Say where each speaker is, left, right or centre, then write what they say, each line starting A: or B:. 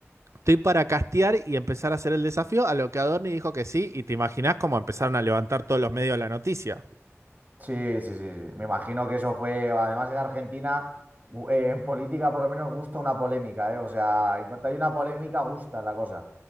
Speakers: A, on the right (about 70°); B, on the right (about 35°).
A: Estoy para castear y empezar a hacer el desafío, a lo que Adorni dijo que sí, y te imaginás cómo empezaron a levantar todos los medios la noticia.
B: Sí, sí, sí, sí. Me imagino que eso fue, además en Argentina, gu- eh, en política por lo menos gusta una polémica, ¿eh? O sea, en cuanto hay una polémica, gusta la cosa.